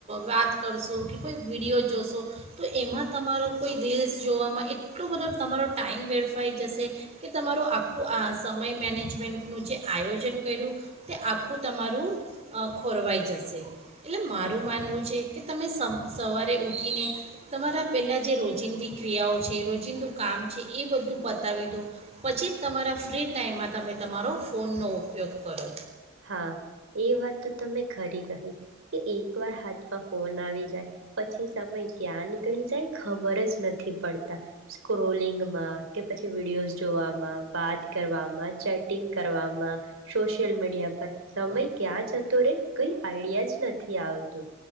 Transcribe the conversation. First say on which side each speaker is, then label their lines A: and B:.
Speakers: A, on the right (about 35°); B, on the right (about 75°).
A: વાત કરશો કે કોઈ વિડીયો જોશો તો એમાં તમારો કોઈ રીલ્સ જોવામાં એટલો બધો તમારો ટાઈમ વેડફાઈ જશે કે તમારું આખું આ સમય મેનેજમેન્ટ નું જે આયોજન કર્યું તે આખું તમારું ખોરવાઈ જશે એટલે મારું માનવું છે કે તમે સમ સવારે ઉઠીને તમારા પહેલાં જે રોજિંદી ક્રિયાઓ છે રોજિંદું કામ છે એ બધું પતાવી દો પછી જ તમારા ફ્રી ટાઈમમાં તમે તમારો ફોનનો ઉપયોગ કરો.
B: હા એ વાત તો તમે ખરી કહી કે એક વાર હાથ પા ફોન આવી જાય પછી સમય ક્યાં નીકળી જાય ખબર જ નથી પડતા સ્ક્રોલિંગમાં કે પછી વિડીયોઝ જોવા માં, વાત કરવામાં, ચેટિંગ કરવામાં સોશિયલ મીડિયા પ સમય ક્યાં જતો રે કઈ આઈડિયા જ નથી આવતું